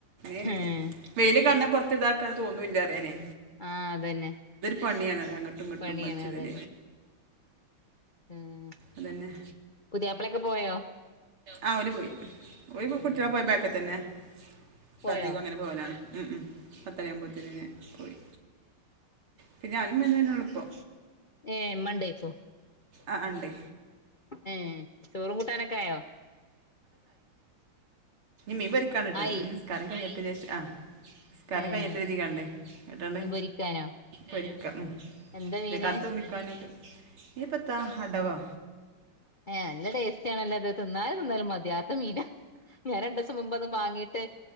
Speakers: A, on the right (about 75°); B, on the left (about 35°).
A: എ
B: ഏഹ്
A: വെയിൽ കണ്ടപ്പൊറത്ത് ഇതാക്കാ തോന്നൂല്ല അതനെ
B: ആ അതന്നെ
A: പണിയാണറിയാ അങ്ങോട്ടും ഇങ്ങിട്ടും
B: പണിയാണ്
A: വലിച്ചിടൽ
B: അതന്നെ ഉം
A: അതന്നെ
B: പുതിയയാപ്പളൊക്കെ പോയോ
A: ആ ഒരു പോയി ഒരു കുട്ടിയുടെ
B: ഏഹ്
A: പോയി ബാക്കിൽ തന്നെ സദ്യികോ
B: പോയോ
A: അങ്ങനെ പോലാണ് ഉ ഉം പത്തയാുമ്പോത്ത നിന്ന് പോയി പിന്നെ ഞാനും മെനഞ്ഞാന്നുള്ളിപ്പോ
B: ഏ മണ്ടേക്ക
A: ആ ഉണ്ട്
B: ഉം ചോറും കൂട്ടാനൊക്കെ ആയോ
A: നിീവരിക്കാണിട്ട്
B: ആയി
A: നിസ്കാരം കഴിഞ്ഞ ഏദേശം ആ സംസ്കാരം
B: ഏഹ്
A: കയ്യേറ്റ രീതിക്കണ്ടേ കേട്ടാണ്ട്
B: മീൻ പൊരിക്കാനോ
A: പരിക്കാം ഉ
B: എന്താ മീന്
A: ഇ കത്തോ മിക്കഞ്ഞട്ട ഇത് പത്താ അടവാ
B: ഏ നല്ല ടേസ്റ്റ ആണല്ലോ അത് തിന്നാൽ തിന്നാലും മതിയാത്ത മീന ഞാൻ രണ്ട ദിവസം മുമ്പ് അന്ന് വാങ്ങീട്ട്